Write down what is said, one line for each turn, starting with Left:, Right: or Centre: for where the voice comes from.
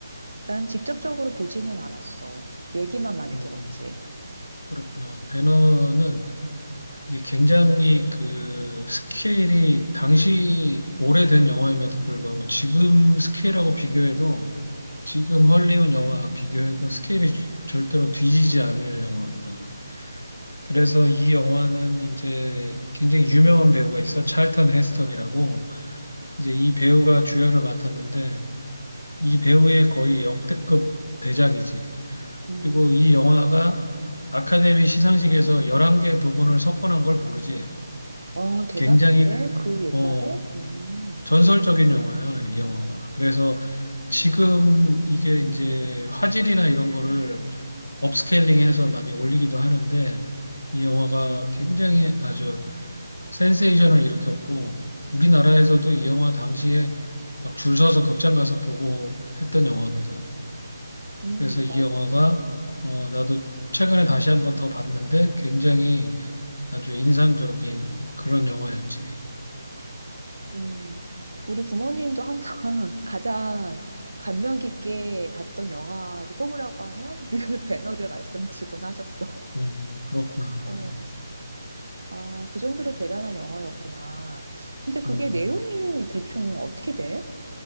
Right: 난 직접적으로 보지는 않았어. 얘기만 많이
Left: 음,
Right: 들었지.
Left: 그렇구나. 배너는 이게 굉장히 그 스케일이 당시 오래된 영화임에도 불구하고 지금 스케일하고 비교해도 지금 헐리우드 영화 비교해도 스케일이 절대로 뒤지지 않을 영화거든. 그래서 이 영화는 이제 굉장히 유명한 배우가 있어. 찰턴 헤스턴이라고. 이제 이 배우가 주연을 맡았는데 이 배우의 거의 역대급 대작이지.
Right: 음.
Left: 그리고 이 영화가 아카데미 시상식에서 11개 부분을 석권한 걸 모르지.
Right: 아, 대단한데?
Left: 굉장히
Right: 그 옛날에?
Left: 어
Right: 음,
Left: 전설적인 영화야, 이 영화가. 그래서 지금 이게 이제 화질이나 이런 거를 업스케일링해서 많이 올리기도 하는데 이 영화가 굉장히 아주 센세이션을 일으켰고 우리나라에서도 이 영화 당시에 막 줄 서서 극장 가서 보고 했던 영화거든.
Right: 음,
Left: 그래서 이
Right: 나,
Left: 영화가
Right: 음,
Left: 어 나도 최근에 다시 한번 더 봤는데 굉장히 아주 인상적인 그런 영화였지.
Right: 음. 우리 부모님도 항상 <laughs> 가장 감명 깊게 봤던 영화를 꼽으라고 하면 늘 <laughs> 배너를 말씀하시곤 하셨어.
Left: 음, 그렇구나.
Right: <laughs> 어, 아, 그 정도로 대단한 영화였구나. 근데 그게
Left: 음.
Right: 내용이 대충 어떻게 돼?